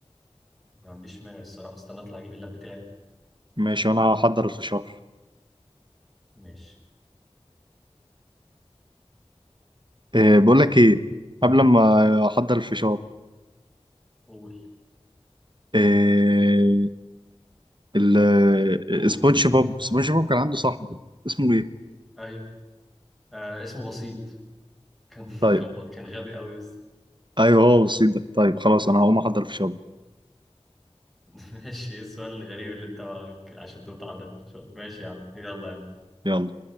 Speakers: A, in the centre; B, on the right.
A: ما عنديش مانع الصراحة استنى أطلع أجيب اللاب بتاعي
B: ماشي وانا هحضر الفشار
A: ماشي
B: إيه بقول لك ايه قبل ما احضر الفشار
A: قول
B: إيه ال-
A: قول
B: آه، سبونج بوب سبونج بوب كان عنده صاحب اسمه ايه
A: أيوة آه اسمه بسيط كان
B: طيب
A: كان ب... كان غبي أوي يس
B: ايوه هو بسيط ده طيب خلاص انا هقوم احضر الفشار
A: <laughs> ماشي إيه السؤال الغريب اللي أنت عشان تتعضل ماشي يا عم يلا
B: يلا